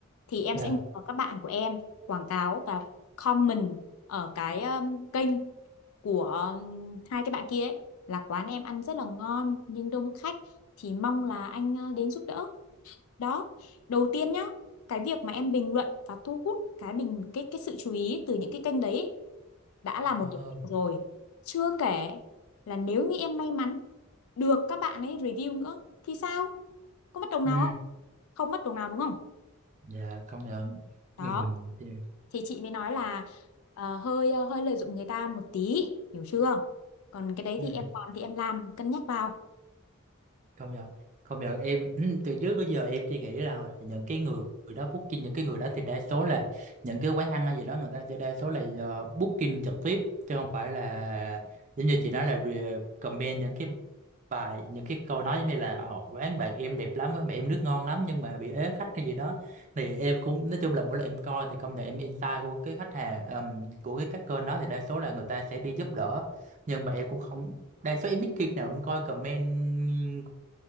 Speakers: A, on the left; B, on the right.
A: thì em
B: dạ
A: sẽ nhờ các bạn của em quảng cáo và comment ở cái um, kênh của um, hai cái bạn kia ấy là quán em ăn rất là ngon nhưng đông khách thì mong là anh ờ, đến giúp đỡ đó đầu tiên nhá cái việc mà em bình luận và thu hút cái bình cái cái sự chú ý từ những cái kênh đấy đã
B: Ờ.
A: là một điểm cộng rồi chưa kể là nếu như em may mắn được các bạn ấy review nữa thì sao có mất đồng
B: ừ
A: nào không không mất đồng nào đúng không
B: dạ công nhận
A: đó
B: ừ thì
A: thì chị mới nói là ờ, hơi ờ, hơi lợi dụng người ta một tí hiểu chưa còn cái đấy
B: ừ.
A: thì em làm thì em làm cân nhắc vào
B: công nhận công nhận em <clears throat> từ trước tới giờ em chỉ nghĩ rằng là những cái người đó booking những cái người đó thì đa số là những cái quán ăn hay gì đó người ta sẽ đa số là ờ, booking trực tiếp chứ không phải là giống như chị nói là re- comment những cái bài những cái câu nói giống như là Ồ, quán bạn em đẹp lắm quán bạn em nước ngon lắm nhưng mà bị ế khách hay gì đó thì em cũng nói chung là mỗi lần em coi thì công nhận em insight của cái khách hàng ờm, của cái các kênh đó thì đa số là người ta sẽ đi giúp đỡ nhưng mà em cũng không đa số em ít khi nào em coi comment